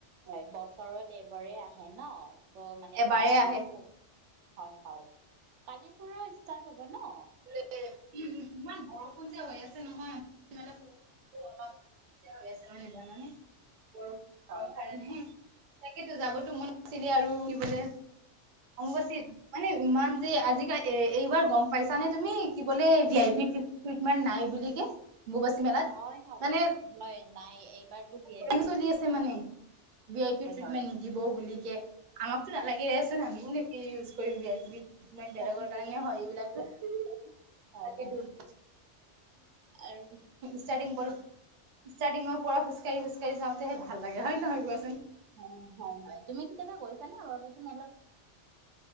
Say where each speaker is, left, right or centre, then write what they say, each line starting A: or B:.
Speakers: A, on the right (about 75°); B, on the right (about 50°).
A: হয় বছৰত এইবাৰে আহে ন। আকৌ মানে
B: এবাৰে
A: যাম
B: আহে।
A: বুলি ভাবো, হয় হয় কালিৰ পৰা ষ্টাৰ্ট হ'ব ন?
B: টোৱে, ইমান বৰষুণ যে হৈ আছে নহয়। অলপ এ, হৈ আছে মানে জানেনে, বৰষূণ
A: হয়
B: ৰ কাৰণে। তাকেতো, যাবতো মন আছিলে আৰু <unintelligible> অম্বুবাচীত মানে ইমান যে আজিকালি এ, এইবাৰ গম পাইছানে তুমি কি বোলে ভি আই পি ট্ৰিটমেণ্ট নাই বুলিকে। অম্বুবাচী মেলাত
A: হয় হয়
B: মানে
A: হয় নাই এইবাৰতো ভি আই
B: <unintelligible>
A: পি টিকেট
B: চলি আছে মানে। ভি আই পি
A: হয়
B: ট্ৰিটমেণ্ট
A: হয়
B: নিদিব বুলিকে, আমাকতো নালাগেচোন আমি মানে কি ইউজ কৰিম ভি আই পি ট্ৰিটমেণ্ট,
A: তাকেইতো
B: বেলেগৰ কাৰণে
A: তাকেইতো
B: হয় এইবিলাক। তাকেইতো
A: হয় হয়
B: <unintelligible>
A: আৰু
B: ষ্টাৰ্টিং ব ষ্টাৰ্টিঙৰ পৰা খোজকাঢ়ি খোজকাঢ়ি যাওঁতেহে ভাল লাগে হয় নহয় কোৱাচোন?
A: হয়, হয়, হয়, তুমি কেতিয়াবা গৈছানে অম্বুবাচী মেলাত?